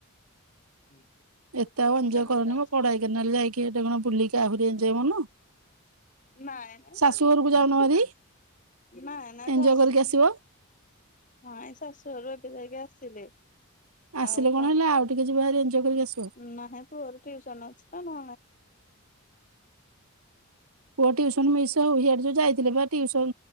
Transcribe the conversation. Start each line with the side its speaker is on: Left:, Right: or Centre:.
Left: ନାଇଁ
Right: ଏତେ ଆଉ ଏଞ୍ଜୟ କରନି ମ କଡାଇକାନାଲ ଯାଇକି ହେଟି କଣ
Left: ନାଇଁ
Right: ବୁଲିକି ଆହୁରି ଏଞ୍ଜୟ କରୁନ
Left: ନାଇଁ
Right: ଶାଶୁ ଘରକୁ ଯାଉନ ଭାରି ଏଞ୍ଜୟ
Left: ଶାଶୁଘର
Right: କରିକି ଆସିବ
Left: <inaudible> ଆସିଲେ
Right: ଆସିଲେ
Left: ଆଉ
Right: କଣ ହେଲା ଆଉ ଟିକେ ଯିବ ଭାରି ଏଞ୍ଜୟ କରିକି ଆସିବ
Left: ନାହିଁ ପୁଅର ଟିଉସନ ଅଛି ତ <inaudible> <inaudible>
Right: ପୁଅ ଟିଉସନ ମିସ୍ ହଉ ହିଆଡେ ଯୋଉ ଯାଇଥିଲେ ବା ଟିଉସନ